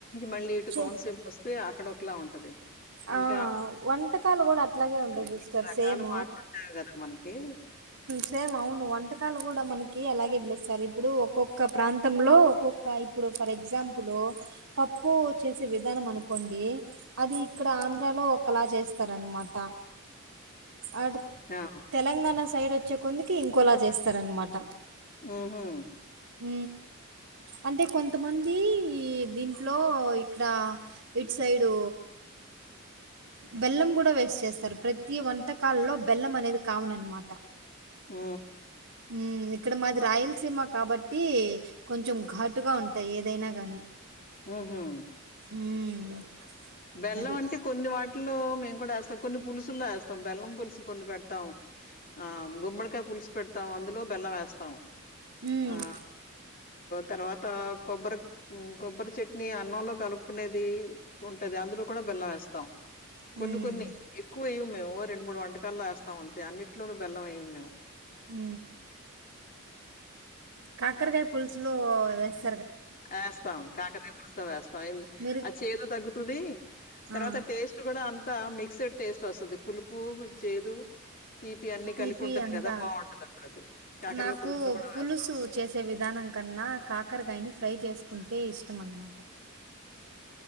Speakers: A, on the left; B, on the right.
A: మళ్ళీ ఇటు
B: చే
A: కోనసీమకొస్తే, అక్కడ ఒకలా ఉంటది.
B: ఆ
A: ఇంకా
B: వంటకాలు కూడా అట్లాగే ఉంటాయి
A: ఇన్ని
B: సిస్టర్
A: రకాలు
B: సేమ్
A: మాటలుంటాయి కదా మనకి
B: సేమ్ అవును వంటకాలు కూడా మనకి అలాగే పిలుస్తారు ఇప్పుడు ఒక్కొక్క ప్రాంతంలో ఒక్కొక్క ఇప్పుడు ఫర్ ఎగ్జాంపుల్ పప్పులో పప్పు చేసే విధానం అనుకోండి అది ఇక్కడ ఆంధ్రాలో ఒకలా చేస్తారనమాట అ
A: ఆ!
B: తెలంగాణ సైడ్ వచ్చి మచ్చ కొందికి ఇంకోలా చేస్తారనమాట
A: ఆహా
B: హ అంటే కొంతమంది ఈ దీంట్లో ఇక్కడ ఇటు సైడు బెల్లం కూడా వేస్ట్ చేస్తారు ప్రతి వంటకాలంలో బెల్లం అనేది కామన్ అనమాట
A: ఆ
B: ఉ ఇక్కడ మాది రాయలసీమ కాబట్టి బట్టి కొంచెం ఘాటుగా ఉంటాయి ఏదైనా గానీ
A: ఆహా
B: హ్మ్.
A: బెల్లం
B: అది.
A: అంటే కొన్ని వాటిల్లో మేము కూడా కొన్ని పులుసులా వేస్తాం బెల్లం పులుసు కొన్ని పెడతాం ఆ గుమ్మడికాయ పులుసు పెడతాం అందులో బెల్లం వేస్తాం
B: హ్మ్.
A: ఆ తర్వాత కొబ్బరి కొబ్బరి చట్నీ అన్నంలో కలుపు కునేది ఉంటది అందులో కూడా బెల్లం వేస్తాం
B: హ్మ్.
A: కొన్ని కొన్ని ఎక్కువ వే్య మేము రెండు మూడు వంటకాల్లో వస్తాం ం అంతే అన్నిట్లోన బెల్లం అే్యము మేము
B: హ కాకరకాయ పులుసులు వస్
A: ఏస్తాం కాకరీపులుస్తో వేస్తాం ఎన్
B: మీరు
A: ఆ చేదు తగ్గుతుంది తర్వాత
B: ఆ
A: టేస్ట్ కూడా అంత మిక్సెడ్ టేస్ట్ వస్తుంది పులుపు చేదు తీపి అన్ని
B: తీపి
A: కలిపి ఉంటది
B: అంతా
A: కదా! బావుంటది అప్పుడది. కాకరకాయ
B: నాకు
A: పులుసులో కూడా
B: పులుసు
A: వేస్తాం.
B: చేసే విధానం కన్నా కాకరకాయని ఫ్రై చేసుకో కుంటే ఇష్టం అన్మాట